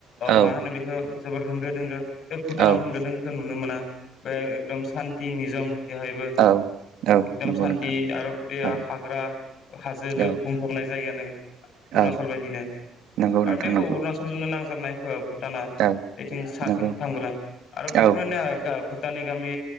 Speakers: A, on the right (about 60°); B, on the left (about 45°).
A: औ
B: मा होनो बेखौ जोबोर होंगो दोंगो बे
A: औ
B: भुटानाव होंगो दोंगोखौ नुनो मोना बे एकदम सान्थि निजोम बेहायबो
A: औ
B: एकदम
A: नंगौ
B: सान्थि
A: नोंथां
B: आरो बे
A: औ
B: हाग्रा हाजो
A: औ
B: बुंफबनाय जायगायानो। अरुणाचल
A: औ
B: बायदिनो
A: नंगौ
B: आरो
A: नोंथां
B: बेबो
A: नंगौ
B: अरुणाचलनो नांजाबनायफोर भुटाना
A: औ
B: बेथिं साथिं
A: नंगौ
B: थांबोला आरो बेफोरबायनो
A: औ
B: भुटाननि गामि